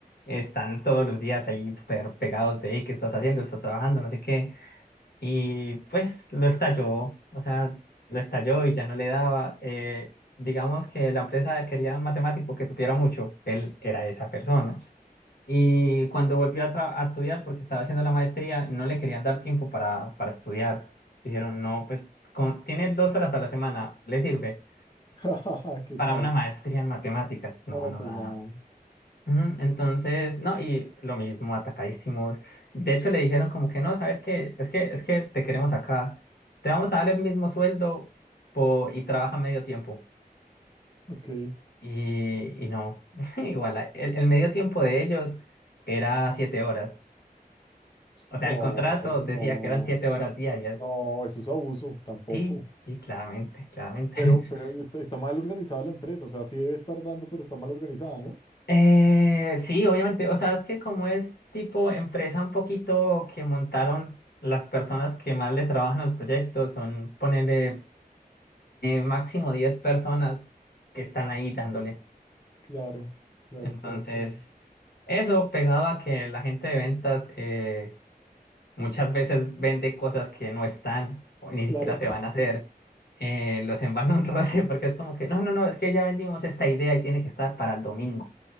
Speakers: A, on the left; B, on the left.
A: Están todos los días ahí súper pegados de, "Ey, ¿qué estás haciendo? ¿Estás trabajando? No sé qué. Y pues lo estalló, o sea, lo estalló y ya no le daba. Eh, digamos que la empresa quería un matemático que supiera mucho, él era esa persona. Y cuando volvió a, tra- a estudiar, porque estaba haciendo la maestría, no le querían dar tiempo para, para estudiar. Dijeron, no, pues con- tiene dos horas a la semana, le sirve
B: <laughs> ¿Qué
A: para
B: tal?
A: una maestría en matemáticas. No,
B: No,
A: no
B: pues
A: da.
B: nada.
A: Ujú, Entonces, no, y lo mismo, atacadísimos. De hecho, le dijeron como que no, ¿sabes qué? Es que, es que te queremos acá. Te vamos a dar el mismo sueldo po- y trabaja medio tiempo.
B: Ok.
A: Y, y no, <laughs> igual, a- el, el medio tiempo de ellos era siete horas. O sea,
B: No,
A: el contrato
B: no,
A: decía que eran siete horas diarias.
B: no, eso es abuso, tampoco.
A: Sí, sí, claramente, claramente.
B: Pero,
A: <laughs>
B: pero está, está mal organizada la empresa, o sea, sí debe estar dando, pero está mal organizada, ¿no?
A: Eh, sí, obviamente, o sea, es que como es tipo empresa un poquito que montaron las personas que más le trabajan al proyecto, son ponerle máximo 10 personas que están ahí dándole.
B: Claro, claro,
A: Entonces,
B: claro, claro.
A: eso pegado a que la gente de ventas eh, muchas veces vende cosas que no están o ni
B: Claro,
A: siquiera se van a hacer, eh, los envano un roce porque es como que, no, no, no, es que ya vendimos esta idea y tiene que estar para el domingo,